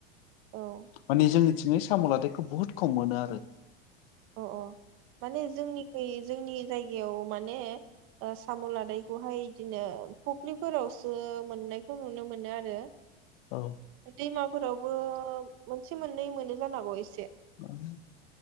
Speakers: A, on the right (about 45°); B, on the left (about 65°).
A: औ
B: मानि जोंनिथि ङै साम'लादथायखौ बुहुत खम मोनो आरो
A: अ अ माने जोंनिफाय जोंनि जायगायाव माने ओ साम' लादायखौहाय बिदिनो फख्रिफोरावसो मोननायखौ नुनो मोनो आरो
B: औ
A: दैमाफोरावबो एसे मोननै मोनो जानो हागौ एसे
B: <inaudible>